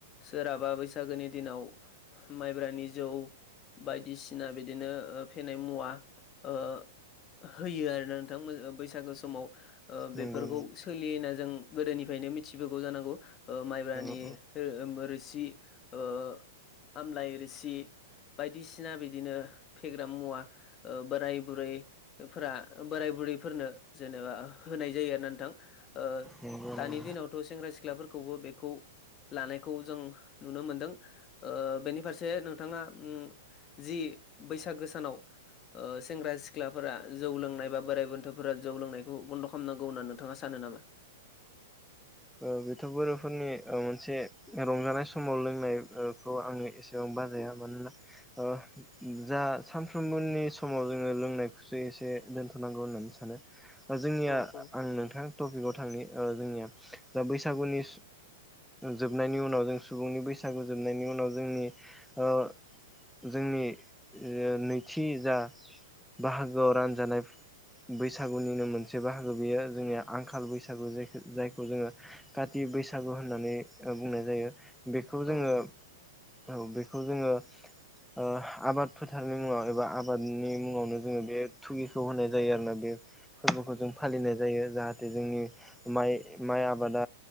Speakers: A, on the left (about 30°); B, in the centre.
A: सोरहाबा बैसागोनि दिनाव माइब्रानि जौ बायदिसिना बिदिनो फेनाय मुवा ओ होयो आरो ना नोंथां बैसागो समाव। ओ
B: नंगौ
A: बेफोरखौ
B: नंगौ
A: सोलियो होनना जों गोदोनिफ्रायनो मिथिबोगौ जानांगौ ओ माइब्रानि
B: नंगौ
A: रोसि ओ आमलाइ रोसि बायदिसिना बिदिनो फेग्रा मुवा ओ बोराय बुरैफोरा बोराय बुरैफोरनो जेनेबा होनाय जायो आरो ना नोंथां ओ
B: नंगौ नंगौ
A: दानि दिनावथ' सेंग्रा सिख सिख्लाफोरखौबो बेखौ लानायखौ जों नुनो मोनदों। ओ बेनि फारसे नोंथाङा उम जि बैसागो सानाव ओ सेंग्रा सिख्लाफोरा जौ लोंनाय बा बोराइ बेन्थ'फोरा जौ लोंनायखौ बन्द' खामनांगौ होननानै नोंथाङा सानो नामा?
B: ओ बेथ' बर'फोरनि मोनसे रंजानाय समाव लोंनाय ओ बेखौ आङो एसेबां बाजाया मानोना ओ जा सानफ्रोमबोनि समाव जोङो लोंनायखौसो एसे दोनथ'नांगौ होननानै सानो। जोंनिया
A: औ औ
B: आं नोंथां टपिकआव थांनि ओ जोंनिया दा बैसागुनि जोबनायनि उनाव जों सुबुंनि बैसागु जोबनायनि उनाव जोंनि ओ जोंनि ओ नैथि जा बाहागोआव रानजानाय बैसागुनिनो मोनसे बाहागो बेयो जोंनिया आंखाल बैसागु जाय जायखौ जोङो काति बैसागु होननानै बुंनाय जायो। बेखौ जोङो
A: औ
B: औ बेखौ जोङो ओ आबाद फोथारनि मुङाव एबा आबादनि मुङावनो जोङो बे थुगिखौ होनाय जायो आरो ना बे फोरबोखौ जों फालिनाय जायो जाहाथे जोंनि माइ माइ आबाद बादा